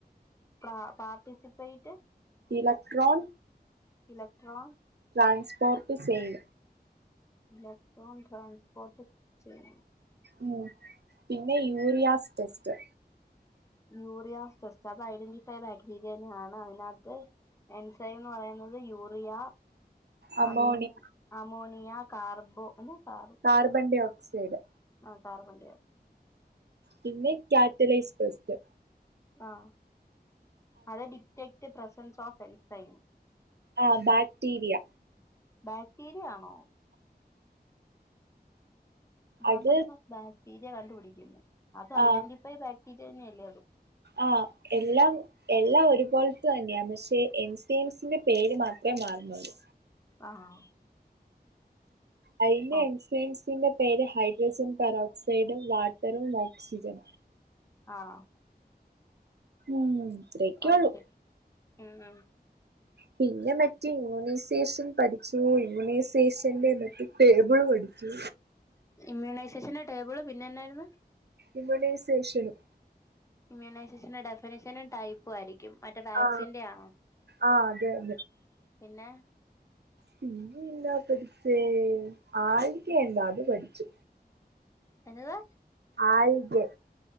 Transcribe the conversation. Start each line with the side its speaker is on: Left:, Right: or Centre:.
Left: പ participate
Right: electron
Left: electro
Right: transport sale
Left: electron transport chain
Right: ഉം പിന്നെ യൂറിയാസ് ടെസ്റ്റ്
Left: യൂറിയസ്റ്റ് അത് ഐഡന്റിൈഫൈ ബാക്ടീരിയ തന്നെയാണ് അതിനകത്ത് എൻസൈന്ന് പറയുന്നത് യൂറിയ
Right: അമോണിയ
Left: അമ അമോണിയ കാർബോന കബ
Right: കാർബൺ ഡൈഓക്സൈഡ്
Left: ആഹ് കാർബൺ ഡൈ
Right: പിന്നെ കാറ്റലൈസ് ടെസ്റ്റ്
Left: ആഹ് അത് ഡിറ്റക്റ്റ് പ്രസൻസ് ഓഫ് എൻസേം
Right: ആഹ് ബാക്ടീരിയ
Left: ബാക്ടീരിയ ആണോ പ്രസൻസ്
Right: അത്
Left: ഓഫ് ബാക്ടീരിയ കണ്ടുപിടിക്കുന്നത് അത
Right: ആ
Left: ഐഡന്റിഫൈ ബാക്ടീരിയ തന്നെയല്ലേ അതും
Right: ആഹ് എല്ലാം എല്ലാം ഒരുപോലത്ത തന്നെയാണ് പക്ഷേ എം സംസിന്റെ പേര് മാത്രമേ മാറുന്നുള്ളൂ
Left: ആഹ
Right: അയ്ന്റെ
Left: ഓ
Right: എൻസലൻസിന്റെ പേര് ഹൈഡ്രോജൻ പെറോക്സൈഡും വാട്ടറും ഓക്സിജൻ
Left: ആഹ്
Right: ഉം ഇത്രയൊക്കെ
Left: ഓക്കെ
Right: ഉള്ളൂ
Left: ഉം ഉം
Right: പിന്നെ മറ്റെ ഇമ്മ്യൂണൈസേഷൻ പഠിച്ചു ഇമ്മ്യൂണൈസേഷൻന്റെ മെ ടേബിള് പഠിച്ചു
Left: ഇമ്മ്യൂണൈസേഷന്റെ ടേബിള് പിന്നെ എന്നായിരുന്നു
Right: ഇമ്യുണൈസേഷനും
Left: ഇമ്മ്യൂണൈസേഷന്റെ ഡെഫിനേഷന ടൈപ്പ് യിരിക്കും മറ്റേ വാക്സിന്റെ
Right: ആ
Left: ആണോ
Right: ആ അതെ
Left: പിന്നെ
Right: പിന്നന്താ പഠിച്ചേ ആ <unintelligible> എന്താത് പഠിച്ചു
Left: എന്നതാ
Right: ആൽകെ